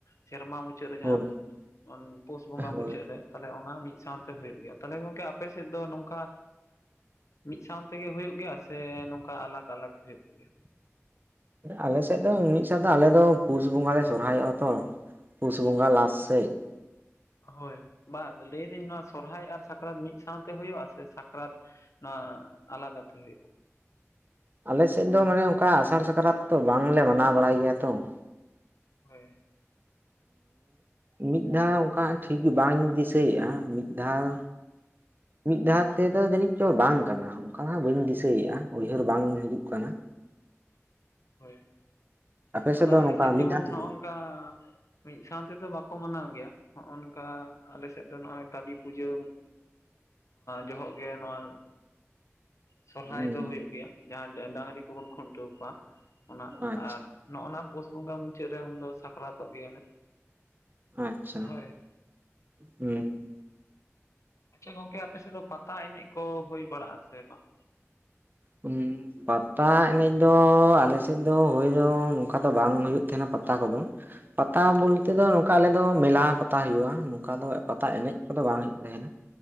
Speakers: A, on the left; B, on the right.
A: ᱥᱮᱨᱢᱟ ᱢᱩᱪᱟᱹᱫ ᱨᱮ ᱡᱟᱦᱟᱸ
B: ᱦᱳᱭ
A: ᱯᱩᱥ ᱵᱚᱸᱜᱟ
B: ᱦᱳᱭ
A: ᱢᱩᱪᱟᱹᱫ ᱨᱮ, ᱛᱟᱦᱞᱮ ᱚᱱᱟ ᱢᱤᱫ ᱥᱟᱶᱛᱮ ᱦᱩᱭᱩᱜ ᱜᱮᱭᱟ, ᱛᱟᱦᱚᱞᱮ ᱜᱚᱝᱠᱮ ᱟᱯᱮ ᱥᱮᱫ ᱫᱚ ᱱᱚᱝᱠᱟ ᱢᱤᱫ ᱥᱟᱶ ᱛᱮᱜᱮ ᱦᱩᱭᱩᱜ ᱜᱮᱭᱟ ᱥᱮ ᱱᱚᱝᱠᱟ ᱟᱞᱟᱜᱽ ᱟᱞᱟᱜᱽ ᱦᱩᱭᱩᱜ ᱜᱮᱭᱟ?
B: ᱟᱞᱮ ᱥᱮᱫ ᱫᱚ ᱢᱤᱫ ᱥᱟᱶᱛᱮ ᱟᱞᱮ ᱫᱚ ᱯᱩᱥ ᱵᱚᱸᱜᱟ ᱞᱮ ᱥᱚᱨᱦᱟᱭᱚᱜ-ᱟ ᱛᱚ, ᱯᱩᱥ ᱵᱚᱸᱜᱟ ᱞᱟᱥ ᱥᱮᱫ ᱾
A: ᱦᱳᱭ ᱵᱟᱝ ᱞᱟᱹᱭᱫᱟᱹᱧ ᱱᱚᱣᱟ ᱥᱚᱨᱦᱟᱭ ᱟᱨ ᱥᱟ ᱥᱟᱠᱨᱟᱛ ᱢᱤᱫ ᱥᱟᱶᱛᱮ ᱦᱩᱭᱩᱜ-ᱟ ᱥᱮ ᱥᱟᱠᱨᱟᱛ ᱱᱚᱣᱟ ᱟᱞᱟᱫᱟ ᱛᱮ ᱦᱩᱭᱩᱜ-ᱟ?
B: ᱟᱞᱮᱥᱮᱫ ᱫᱚ ᱢᱟᱱᱮ ᱚᱱᱠᱟ ᱟᱥᱟᱲ ᱥᱟᱠᱨᱟᱛ ᱠᱚᱫᱚ ᱵᱟᱝᱞᱮ ᱢᱟᱱᱟᱣ ᱵᱟᱲᱟᱭ ᱜᱮᱭᱟ ᱛᱚ ᱾
A: ᱦᱳᱭ
B: ᱢᱤᱫ ᱫᱷᱟᱣ ᱚᱱᱠᱟ ᱴᱷᱤᱠ ᱵᱟᱧ ᱫᱤᱥᱟᱹᱭᱮᱫ-ᱟ ᱢᱤᱫ ᱫᱷᱟᱣ ᱢᱤᱫ ᱫᱷᱟᱣ ᱛᱮᱫᱚ ᱡᱟᱹᱱᱤᱡ ᱪᱚ ᱵᱟᱝ ᱠᱟᱱᱟ ᱚᱱᱠᱟ ᱢᱟ ᱵᱟᱹᱧ ᱫᱤᱥᱟᱹᱭᱮᱫ-ᱟ ᱩᱭᱦᱟᱹᱨ ᱵᱟᱝ ᱦᱤᱡᱩᱜ ᱠᱟᱱᱟ ᱾
A: ᱦᱳᱭ
B: ᱟᱯᱮ
A: ᱟᱫᱚ
B: ᱫᱚ
A: ᱟᱞᱮ
B: ᱱᱚᱝᱠᱟ
A: ᱥᱮᱫ
B: ᱢᱤᱫ
A: ᱡᱮᱢᱚᱱ
B: ᱫᱷᱟᱣ ᱛᱮᱜᱮ
A: ᱱᱚᱜᱚᱝ ᱚᱱᱠᱟ ᱢᱤᱫ ᱥᱟᱶ ᱛᱮᱫᱚ ᱵᱟᱠᱚ ᱢᱟᱱᱟᱣ ᱜᱮᱭᱟ ᱦᱚᱜ-ᱚᱱᱠᱟ ᱟᱞᱮ ᱥᱮᱫ ᱫᱚ ᱱᱚᱜᱼᱚᱭ ᱠᱟᱹᱞᱤ ᱯᱩᱡᱟᱹ ᱡᱚᱦᱚᱜ ᱜᱮ ᱱᱚᱣᱟ ᱥᱚᱨᱦᱟᱭ
B: ᱦᱩᱸ
A: ᱫᱚ ᱦᱩᱭᱩᱜ ᱜᱮᱭᱟ ᱡᱟᱦᱟᱸ ᱰᱟᱹᱟᱝᱨᱤ ᱠᱚᱵᱚᱱ ᱠᱷᱩᱱᱴᱟᱹᱣ ᱠᱚᱣᱟ ᱚᱱᱟ
B: ᱟᱪᱪᱷᱟ
A: ᱟᱨ ᱱᱚᱜᱼᱱᱟ ᱯᱩᱥ ᱵᱚᱸᱜᱟ ᱢᱩᱪᱟᱹᱫ ᱨᱮ ᱩᱱ ᱫᱚ ᱥᱟᱠᱨᱟᱛᱚᱜ ᱜᱮᱭᱟᱞᱮ
B: ᱟᱪᱪᱷᱟ
A: ᱦᱳᱭ
B: ᱦᱩᱸ
A: ᱟᱪᱪᱷᱟ ᱜᱚᱝᱠᱮ ᱟᱯᱮ ᱥᱮᱫ ᱫᱚ ᱯᱟᱛᱟ ᱮᱱᱮᱡ ᱠᱚ ᱦᱩᱭ ᱵᱟᱲᱟᱜᱼᱟ ᱥᱮ ᱵᱟᱝ
B: ᱦᱩᱸ ᱯᱟᱛᱟ ᱮᱱᱮᱡ ᱫᱚ ᱟᱞᱮᱥᱮᱫ ᱫᱚ ᱦᱩᱭ ᱫᱚ ᱱᱚᱝᱠᱟ ᱫᱚ ᱵᱟᱝ ᱦᱩᱭᱩᱜ ᱛᱟᱦᱮᱸᱱᱟ ᱯᱟᱛᱟ ᱠᱚᱫᱚ ᱯᱟᱛᱟ ᱵᱚᱞᱛᱮ ᱫᱚ ᱱᱚᱝᱠᱟ ᱟᱞᱮᱫᱚ ᱢᱮᱞᱟ ᱯᱟᱛᱟ ᱦᱩᱭᱩᱜᱼᱟ ᱱᱚᱝᱠᱟ ᱫᱚ ᱯᱟᱛᱟ ᱮᱱᱮᱡ ᱠᱚᱫᱚ ᱵᱟᱝ ᱦᱩᱭᱩᱜᱟ ᱦᱮᱸ